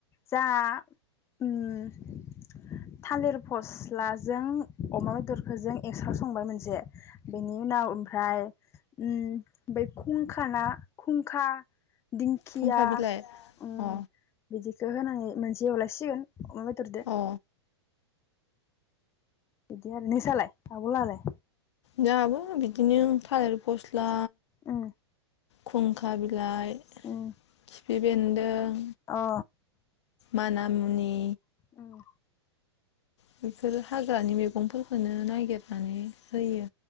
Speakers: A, on the left; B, on the left.
A: जा ओम थालिर फस्लाजों अमा बेदरखौ जों एक्स्रा संबाय मोनसे बेनि उनाव ओमफ्राय ओम बै खुंखाना खुुंखा दिंखिया
B: फुंखा बिलाइ
A: ओं
B: अ
A: बिखो होनानै मोनसे एवलायसिगोन। अमा बेदर दो।
B: अ
A: बिदि आरो नोंसालाय आबलालाय?
B: जाङाबो बि दिनो थालिर फस्ला
A: उम
B: खुंखा बिलाइ खिफि
A: उम
B: बेन्दों
A: अ
B: माना मुनि
A: उम
B: बेफोर हाग्रानि मैगंफोरखौनो नागिरनानै होयो